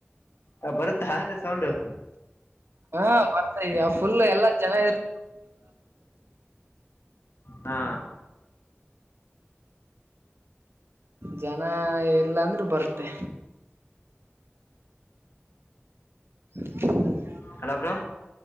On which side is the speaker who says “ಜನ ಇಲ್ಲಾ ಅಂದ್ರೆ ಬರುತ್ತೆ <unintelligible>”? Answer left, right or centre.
Right